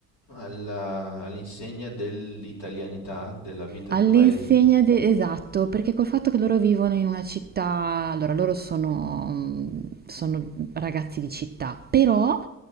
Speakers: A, on the left (about 55°); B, on the right (about 20°).
A: alla- all'insegna dell'italianità, della vita
B: All'insegna
A: di paese.
B: de esatto, perché col fatto che loro vivono in una città, allora loro sono, sono ragazzi di città, però